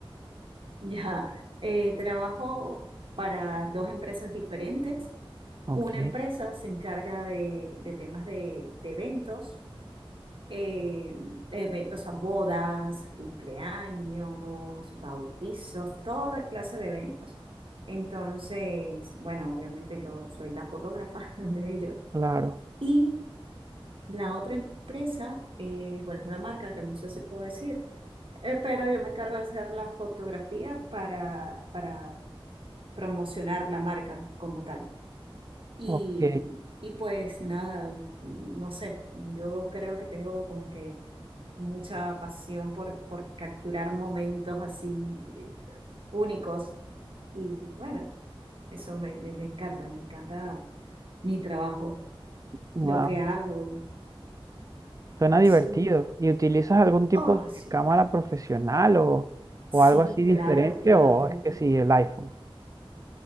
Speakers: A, on the right; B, on the right.
A: <laughs> ya. Eh, trabajo para dos empresas diferentes.
B: Ok,
A: Una empresa se encarga de, de temas de, de eventos, eh, eve- o sea, bodas, cumpleaños, bautizos, toda clase de eventos. Entonces, bueno, obviamente yo soy la fotógrafa <laughs> de ellos.
B: claro.
A: Y La otra empresa, eh, bueno, es una marca que no sé si puedo decir, eh, pero yo me encargo de hacer la fotografía para, para promocionar la marca como tal. Y,
B: Ok,
A: y pues nada, no sé, yo creo que tengo como que mucha pasión por, por capturar momentos así eh, únicos. Y bueno, eso me, me me encanta, me encanta mi trabajo,
B: wow.
A: lo que hago.
B: Suena divertido.
A: Sí,
B: ¿Y utilizas algún tipo
A: Oh,
B: de
A: sí,
B: cámara profesional o,
A: sí,
B: o algo así diferente?
A: claro, claro.
B: ¿O
A: tengo-
B: es que sí, el iPhone?